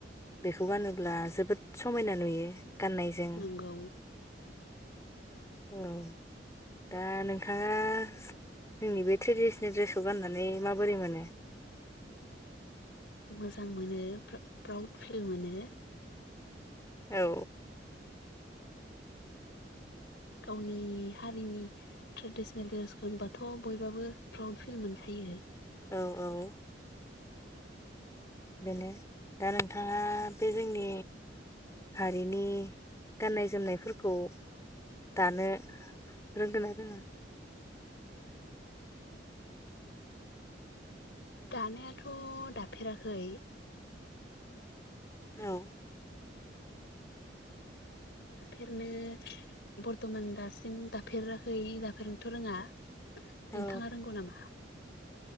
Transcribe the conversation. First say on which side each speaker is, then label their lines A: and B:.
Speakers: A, on the left; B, on the left.
A: बेखौ गानोब्ला जोबोद समायना नुयो गाननायजों
B: नंगौ
A: औ दा नोंथाङा जोंनि बे ट्रेडिसनेल दड्रेसखौ गाननानै माबोरै मोनो?
B: मोजां मोनो फ्रा-फ्राउड फिल मोनो।
A: औ
B: गावनि हारिनि ट्रेडिसनेल द्रेसखौ होनबाथ' बयबाबो प्राउड फिल मोनखायो। <inaudible>
A: औ औ बेनो दा नोंथाङा बे जोंनि हारिनि गाननाय जोमनायफोरखौ दानो रोंगोन ना रोङा?
B: <inaudible> दानायाथ' दाफेराखै
A: औ
B: दाफेरनो बर्थ'मान दासिम दाफेराखै दाफेरनोथ' रोङा। नोंथाङा
A: औ
B: रोंगौ नामा?